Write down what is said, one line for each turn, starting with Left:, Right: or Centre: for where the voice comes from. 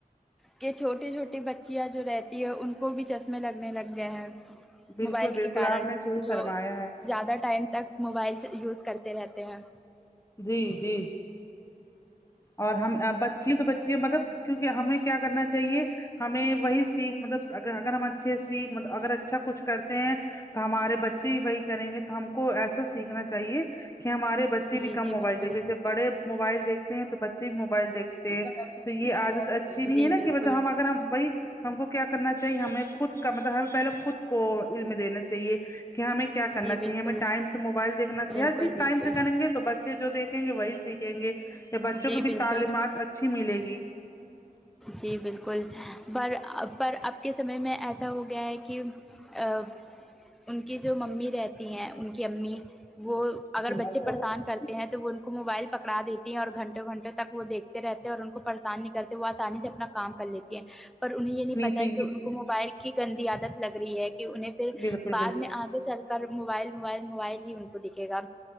Centre: کہ چھوٹی چھوٹی بچیاں جو رہتی ہے ان کو بھی چشمے لگنے لگ گئے ہیں
Left: بالکل
Centre: موبائل
Left: بالکل
Centre: کے کارن
Left: آپ نے صحیح
Centre: جو
Left: فرمایا ہے
Centre: زیادہ ٹائم تک موبائل یوز کرتے رہتے ہیں
Left: جی جی اور ہم بچیاں تو بچیاں مطلب کیونکہ ہمیں کیا کرنا چاہیے ہمیں وہی سیکھ مطلب اگر ہم اچھے سیکھ اگر اچ اچھا کچھ کرتے ہیں تو ہمارے بچے وہی کریں گے تو ہم کو ایسا سیکھنا چاہیے کہ ہمارے بچے بھی
Centre: جی
Left: کم
Centre: جی
Left: موبائل
Centre: بالکل
Left: دیکھے جب بڑے موبائل دیکھتے ہیں تو بچے بھی موبائل دیکھتے ہیں تو یہ عادت اچھی نہیں
Centre: جی
Left: ہے نا
Centre: بالکل
Left: کہ مطلب ہم اگر ہم بائی ہم کو کیا کرنا چاہیے ہمیں خود کا مطلب ہمیں پہلے خود کو علم دینا چاہیے کہ ہمیں کیا کرنا
Centre: جی
Left: چاہے
Centre: بالکل
Left: ہمیں ٹائم سے موبائل دیکھنا چاہیے
Centre: بالکل
Left: ہر چیز
Centre: بالکل
Left: ٹائم سے کریں گے ب چبے جو دیکھیں گے وہی سیکھیں گے یا بچوں
Centre: جی
Left: کو بھی
Centre: بالکل
Left: تعلیمات اچھی ملے گی
Centre: جی بالکل بر پر اب کے سمے میں ایسا ہو گیا ہے کہ اب ان کی جو ممی رہتی ہیں ان کی امی وہ اگر
Left: جی نہیں
Centre: بچے پریشان کر ہیں تو وہ ان کو موبائل پکڑا دیتی ہیں اور گھنٹوں گھنٹوں تک وہ دیکھتے رہتے ہے اور ان کو پریشان نہیں کرتے وہ آسانی سے اپنا کام کر لیتی ہیں پر انہیں یہ نہیں پتا
Left: تو
Centre: ہے
Left: یہ
Centre: کہ ان کو موبائل کی گندی عادت لگ رہی ہے کہ انہیں پھر
Left: بالکل
Centre: بعد
Left: بالکل
Centre: میں آگے چل کر موبائل موبائل موبائل ہی ان کو دکھے گا